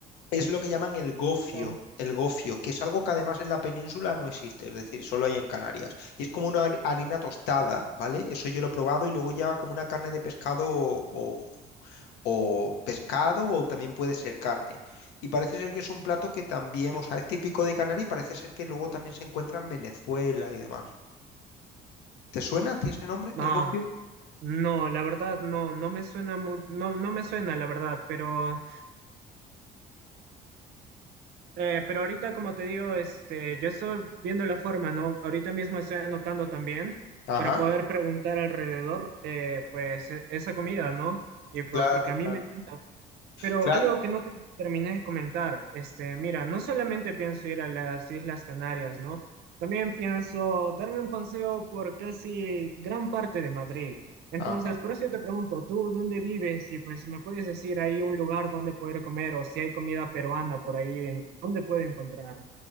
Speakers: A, on the left; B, on the right.
A: es lo que llaman el gofio.
B: Claro.
A: El gofio, que es algo que además en la península no existe, es decir, solo hay en Canarias. Y es como una har- harina tostada, ¿vale? Eso yo lo he probado y luego lleva como una carne de pescado o, o pescado o también puede ser carne. Y parece ser que es un plato que también,
B: Cl-
A: o sea, es típico de Canarias y parece ser que luego también se encuentra en Venezuela y demás. ¿Te suena a ti ese nombre, el
B: Ah,
A: gofio?
B: no, la verdad no, no me suena mu- no, no me suena la verdad, pero Eh, pero ahorita, como te digo, este, yo estoy viendo la forma, ¿no? Ahorita mismo estoy anotando también
A: Ajá,
B: para poder preguntar alrededor, eh, pues, e- esa comida, ¿no? Y po-
A: claro,
B: porque a mí
A: claro,
B: me encanta. Pero
A: claro.
B: algo que no te terminé de comentar, este, mira, no solamente pienso ir a las Islas Canarias, ¿no? También pienso darme un paseo por casi gran parte de Madrid. Entonces,
A: Ajá.
B: por eso yo te pregunto, ¿tú dónde vives? Y pues si me puedes decir ahí un lugar donde poder comer o si hay comida peruana por ahí, en, ¿dónde puedo encontrar?